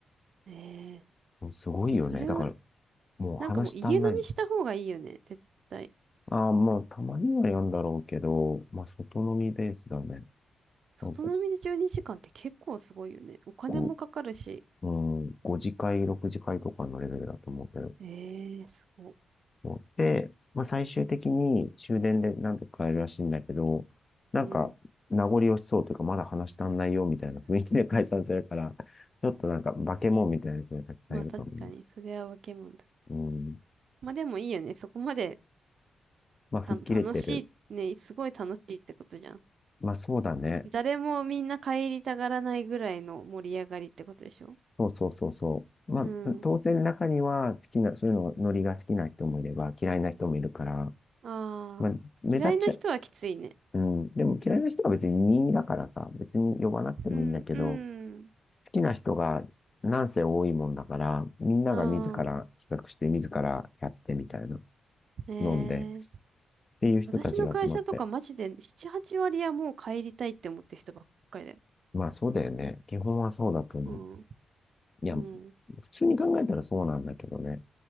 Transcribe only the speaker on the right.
ええ
それは、
なんかもう家飲みした方がいいよね、絶対。
外飲みで12時間って結構すごいよね。
お金もかかるし。
ええすごい。
うん。
まあ確かに、それは分けもんだ。
まあでもいいよね、そこまで
た楽しい、
ね、すごい楽しいってことじゃん。
誰もみんな帰りたがらないぐらいの盛り上がりってことでしょ
うん
ああ、
嫌いな人はきついね。
うん、うん。
ああ、ねえ。
私の会社とかマジで7、8割はもう帰りたいって思ってる人ばっかりだよ。
うん、
うん、